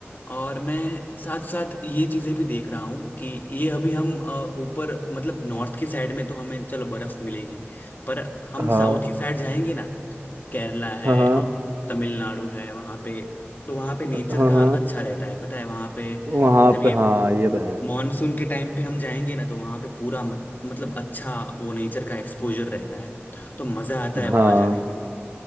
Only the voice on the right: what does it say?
हाँ
हाँ हाँ
हाँ
हाँ
वहां
पे हाँ ये तो है
हाँ